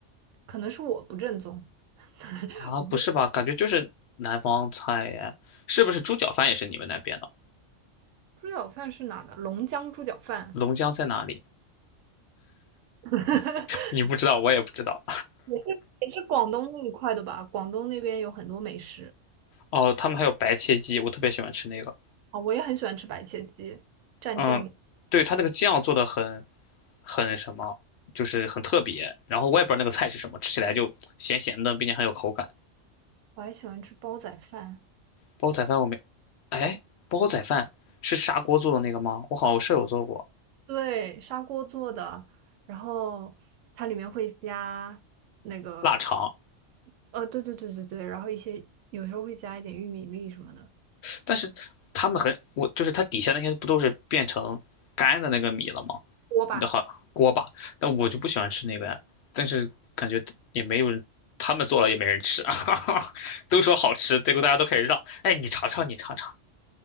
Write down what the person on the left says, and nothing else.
啊，
不是吧？感觉就是南方菜耶，是不是猪脚饭也是你们那边的？
龙江在哪里？
你不知道，我也不知道。
哦，他们还有白切鸡，我特别喜欢吃那个。
嗯，对，他那个酱做的很很什么，就是很特别。然后我也不知道那个菜是什么，吃起来就咸咸的，并且很有口感。
煲仔饭我没，哎，煲仔饭是砂锅做的那个吗？我好像舍友做过
腊肠。
但是他们很，我就是它底下那些不都是变成干的那个米了吗？
那好锅巴，但我就不喜欢吃那个呀。但是感觉也没有人，他们做了也没人吃啊，<laughs> 都说好吃，结果大家都开始让，哎，你尝尝，你尝尝。